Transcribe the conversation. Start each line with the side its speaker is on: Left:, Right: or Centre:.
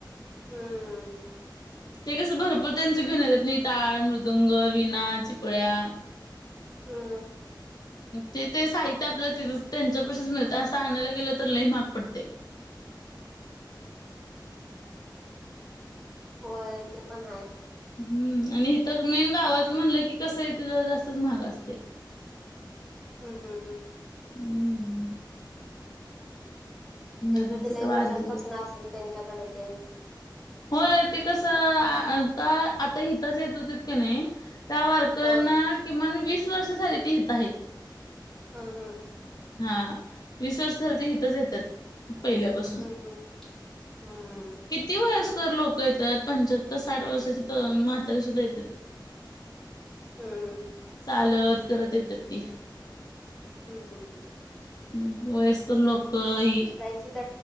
Centre: हम्म
Left: <inaudible> ते कसं भर भरपूर त्यांच घेऊन येतात नि टाळ, मृदुंग, विना, चिपळ्या.
Centre: हम्म
Left: ते -ते साहित्य आपल्या तिथंच त्यांच्या पशीच मिळतंय असं आणायला गेलं तर लय महाग पडतय.
Centre: होय ते पण हाय.
Left: हम्म आणि इथं मेन गावात म्हणलं की कसं इथ जरा जास्तच महाग असतय.
Centre: हम्म -हम्म -हम्म
Left: हम्म
Centre: त्यांच
Left: बघायचं
Centre: ते लय
Left: तर
Centre: दिवसांपासन
Left: वारीच
Centre: असेल त्यांच्याकडे ते.
Left: होय ते कसं आता- आता हितच येत होतित कने, त्या वारकऱ्यांना
Centre: हा
Left: किमान वीस वर्ष झाली ते हित आहेत.
Centre: हम्म हम्म.
Left: हा हा वीस वर्ष झाल ते हितच येतात पहिल्यापासून.
Centre: हम्म हम्म हम्म
Left: किती वयस्कर लोक येतात पंच्याहत्तर, साठ वर्षाची तर म्हातारी सुद्धा येतात.
Centre: हम्म हम्म
Left: चालत करत येत्यात ती.
Centre: हम्म हम्म
Left: हम्म वयस्कर लोक ई
Centre: ड